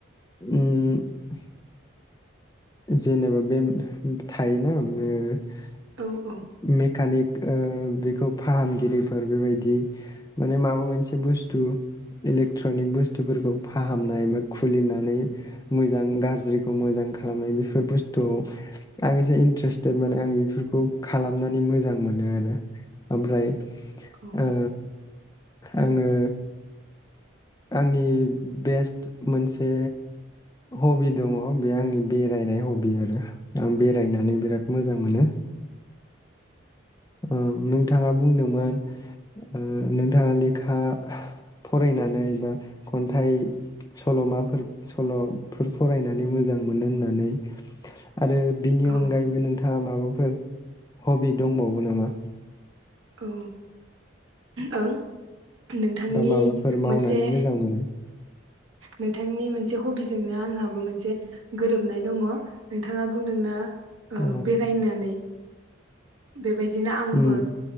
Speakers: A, on the left (about 20°); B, on the right (about 85°).
A: ओम जेनेबा बे थायोना ओम ओ
B: औ औ
A: मेखानिक ओ बेखौ फाहामगिरिफोर बेबायदि माने माबा मोनसे बुस्थु इलेक्ट्रनिक बुस्थुफोरखौ फाहामनाय बा खुलिनानै मोजां गाज्रिखौ मोजां खालामनाय बेफोर बुस्थु आं एसे इन्टारेस्टेद माने आं बेफोरखौ खालामनानै मोजां मोनो आरो ओमफ्राय
B: औ
A: ओ आङो आंनि बेस्ट मोनसे हबि दङ बे आंनि बेरायनाय हबि आरो आं बेरायनानै बिराद मोजां मोनो औ नोंथाङा बुंदोंमोन ओ नोंथाङा लेखा फरायनानै बा खन्थाइ सल'माफोर सल'फोर फरायनानै मोजां मोनो होननानै। आरो बिनि
B: ओं
A: अनगायैबो
B: औ
A: नोंथाङा माबाफोर हबि दंबावो वोनामा?
B: औ ओं। नोंथांनि
A: बा माबाफोर मावनानै
B: मोनसे
A: मोजां मोनो?
B: नोंथांनि मोनसे हबिजोंनो आंहाबो मोनसे गोरोबनाय दङ नोंथाङा बुंदोंना ओ
A: औ
B: बेरायनानै बेबाय दिनो आंबो
A: उम